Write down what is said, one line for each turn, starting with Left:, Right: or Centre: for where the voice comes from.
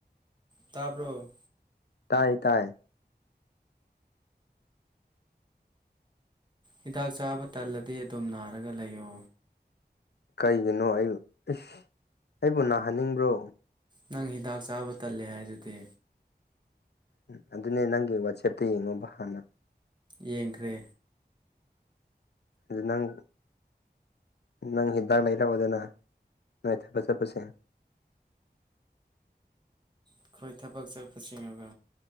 Right: ꯇꯥꯄꯣ
Left: ꯇꯥꯏ ꯇꯥꯏ
Right: ꯍꯤꯗꯥꯛ ꯆꯥꯕ ꯇꯜꯂꯗꯤ ꯑꯗꯨꯝ ꯅꯥꯔꯒ ꯂꯩꯌꯣ
Left: ꯀꯩꯒꯤꯅꯣ ꯑꯩ ꯏꯁꯁ ꯑꯩꯕꯨ ꯅꯥꯍꯟꯅꯤꯡꯕ꯭ꯔꯣ
Right: ꯅꯪ ꯍꯤꯗꯥꯛ ꯆꯥꯕ ꯇꯜꯂꯦ ꯍꯥꯏꯗꯨꯗꯤ
Left: ꯎꯝ ꯑꯗꯨꯅꯦ ꯅꯪꯒꯤ ꯋꯥꯆꯦꯞꯇ ꯌꯦꯡꯉꯣꯕ ꯍꯥꯟꯅ
Right: ꯌꯦꯡꯈ꯭ꯔꯦ
Left: ꯑꯗꯨ ꯅꯪ ꯅꯪ ꯍꯤꯗꯥꯛ ꯂꯩꯔꯛꯑꯣꯗꯅ ꯅꯥꯏꯊꯠꯕ ꯆꯠꯄꯁꯦ
Right: ꯑꯩꯈꯣꯏ ꯊꯕꯛ ꯆꯠꯄꯁꯤꯡꯕ